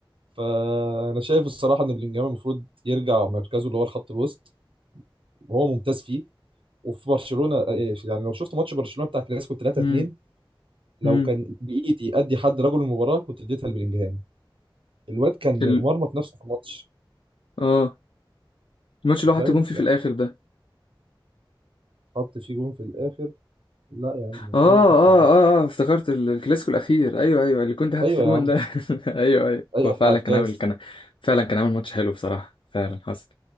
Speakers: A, on the right (about 80°); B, on the left (about 70°).
A: فانا شايف الصراحه ان بلينجهام المفروض يرجع مركزه اللي هو الخط الوسط وهو ممتاز فيه وفي برشلونه إيه، يعني لو شفت ماتش برشلونه بتاع كلاسيكو 3
B: امم
A: 2 لو
B: امم
A: كان بايدي ادي حد رجل المباراه كنت اديتها لبلينجهام الواد كان
B: ال...
A: مرمط نفسه في الماتش
B: اه الماتش اللي هو حط
A: فاهم
B: جون فيه
A: يعني
B: في الاخر ده
A: حط فيه جون في الاخر لا يا عم
B: اه اه
A: مين اللي حط الجون
B: اه اه افتكرت ال- الكلاسيكو الاخير ايوه ايوه اللي كنت حاطط
A: ايوه
B: فيه جون
A: يا عم
B: ده <laughs> ايوه ايوه
A: ايوه
B: هو فعلا
A: بتاع الكاس
B: كان عامل كان فعلا كان عامل ماتش حلو بصراحه فعلا حصل